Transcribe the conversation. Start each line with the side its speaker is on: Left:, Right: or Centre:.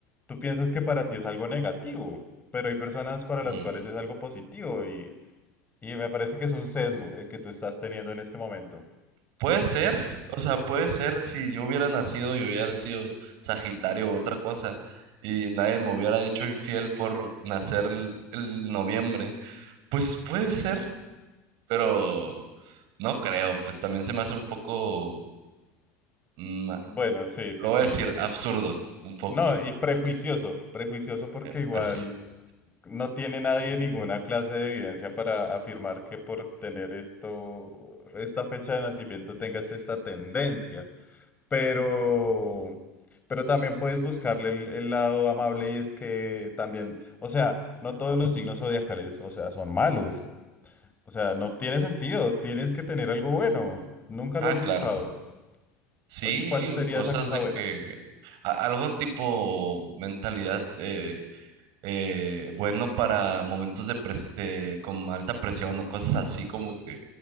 Left: tú piensas que para ti es algo negativo, pero hay personas para
Right: Mm,
Left: las cuales es algo positivo y, y me parece que es un sesgo el que tú estás teniendo en este momento.
Right: Puede ser, o sea, puede ser si yo hubiera nacido y hubiera sido Sagitario u otra cosa y nadie me hubiera dicho infiel por nacer el, el noviembre, pues puede ser, pero no creo, pues también se me hace un poco, mm,
Left: Bueno, sí, sí,
Right: lo voy
Left: sí.
Right: a decir, absurdo, un poco.
Left: No, y prejuicioso, prejuicioso porque
Right: Eh,
Left: igual...
Right: así es.
Left: No tiene nadie ninguna clase de evidencia para afirmar que por tener esto, esta fecha de nacimiento tengas esta tendencia. Pero, pero también puedes buscarle el, el lado amable y es que también, o sea, no todos los signos zodiacales, o sea, son malos. O sea, no tiene sentido. Tienes que tener algo bueno. Nunca
Right: Ah,
Left: lo has
Right: claro.
Left: buscado.
Right: Sí,
Left: ¿Y cuál sería
Right: cosas
Left: esa cosa
Right: de
Left: buena?
Right: que a- algo tipo mentalidad eh, eh, bueno para momentos de, pres- de con alta presión o cosas así como que